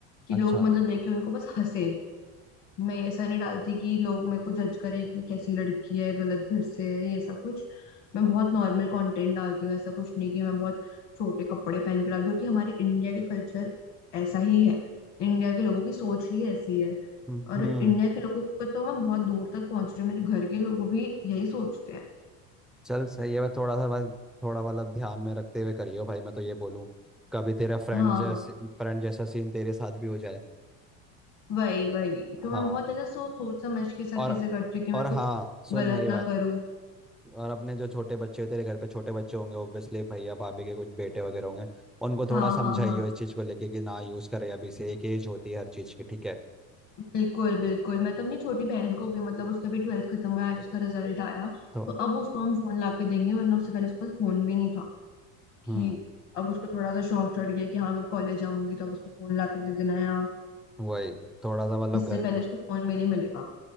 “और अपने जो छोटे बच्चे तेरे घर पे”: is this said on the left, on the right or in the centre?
Centre